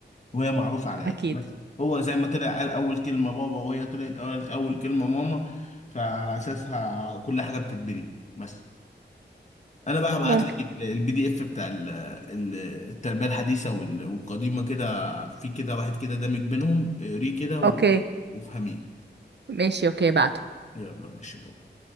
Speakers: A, on the left; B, on the right.
A: وهي معروفه على
B: اكيد
A: ايه بس هو زي ما طلع قال اول كلمه بابا وهي طلعت قالت اول كلمه ماما فعلى اساسها كل حاجه بتتبني بس انا بقى هبعت
B: ممكن
A: لك البي دي اف بتاع ال- ال- التربيه الحديثه وال- والقديمه كده في كده واحد كده دامج بينهم اقريه كده و-
B: اوكي
A: وافهميه
B: ماشي اوكي بعته
A: يلا ماشي بقى